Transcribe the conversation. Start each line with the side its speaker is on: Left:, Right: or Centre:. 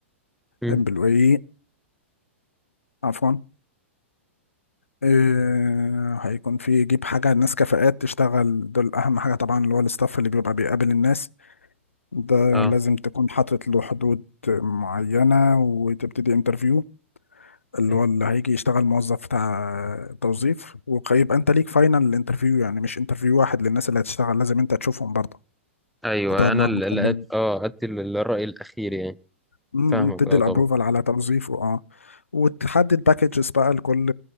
Centre: امم
Left: امبلوي عفوا آه، هيكون في يجيب حاجة الناس كفاءات تشتغل دول أهم حاجة طبعا اللي هو الستاف اللي بيبقى بيقابل الناس ده
Centre: اه
Left: لازم تكون حاطط له حدود معينة وتبتدي انترفيو اللي
Centre: مم.
Left: هو اللي هيجي يشتغل موظف بتاع توظيف ويبقى انت ليك فاينل انترفيو يعني مش انترفيو واحد للناس اللي هتشتغل لازم انت تشوفهم برضه
Centre: ايوه
Left: تقعد
Centre: انا
Left: معاهم
Centre: اللي
Left: وتكلمهم
Centre: اه ادي ال- الراي الاخير يعني
Left: مم،
Centre: فاهمك
Left: تدي
Centre: اه
Left: الابروفال
Centre: طبعا
Left: على توظيفه اه وتحدد باكجز بقى لكل